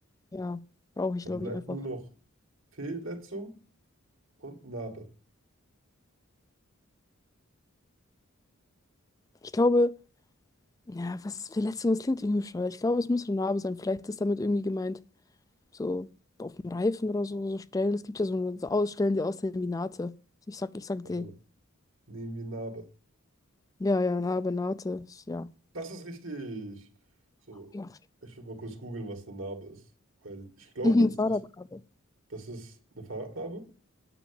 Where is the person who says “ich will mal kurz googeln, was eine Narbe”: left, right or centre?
Right